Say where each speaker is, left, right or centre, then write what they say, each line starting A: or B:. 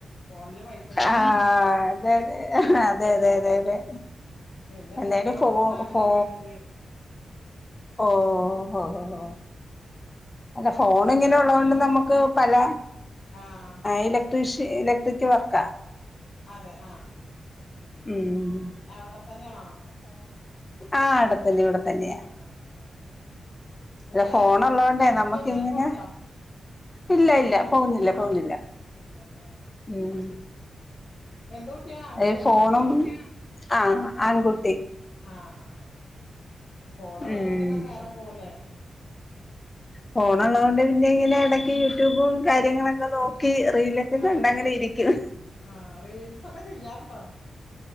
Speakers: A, on the left; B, on the left.
A: ഫോണില് പൈസ ഇല്ലെങ്കിലേ
B: ആ അതെതെ അതെതെ അതെതെ
A: പിന്നെ
B: എന്തായാലും
A: കുട്ടികളൊന്നും
B: ഫോ
A: ഉണ്ടാവില്ല
B: ഫോ
A: വീട്ടില്
B: ഓ ഹ
A: ആഹ്
B: ഹ അല്ല ഫോൺ
A: ഭർത്താവ്
B: ഇങ്ങനെ ഒള്ള
A: എന്ത് ചെയ്യണു
B: കൊണ്ട് നമുക്ക് പല
A: ആഹ്
B: ഇലട്രീഷ്യ ഇലട്രിക് വർക്കാ
A: അതെ ആ
B: ഉം
A: അവിടെത്തന്നെയാണോ
B: ആ അടെത്തന്നെ ഇവിടെത്തന്നെയാ
A: ആഹ് ആഹ് ആഹ് നിങ്ങള്
B: ഇല്ല ഫോണള്ളോണ്ടേ
A: ജോലിക്ക്
B: നമ്മുക്ക്
A: എന്തേലും
B: ഇങ്ങനെ
A: പോവണ്ടോ
B: ഇല്ല ഇല്ല പോകുന്നില്ല പോകുന്നില്ല
A: ആഹ് ഇല്ലല്ലേ ആഹ്
B: ഉം
A: എന്ത് കുട്ടിയാ ആ കുട്ടിയാ
B: ഈ ഫോണും
A: പെൺകുട്ടിയാ
B: ആഹ് ആൺകുട്ടി
A: ആ ആ ഫോണ്ള്ളത്
B: ഉം
A: കൊണ്ടെങ്ങനെ നേരം പോവലേ
B: ഫോണള്ളതുകൊണ്ട് പിന്നെ ഇങ്ങനെ എടക്ക് യൂട്യൂബും കാര്യങ്ങളൊക്കെ നോക്കി റീലൊക്കെ
A: ആഹ്
B: കണ്ടങ്ങനെ ഇരിക്കും
A: ആഹ് റീൽസൊക്കെ ചെയ്യാറുണ്ടോ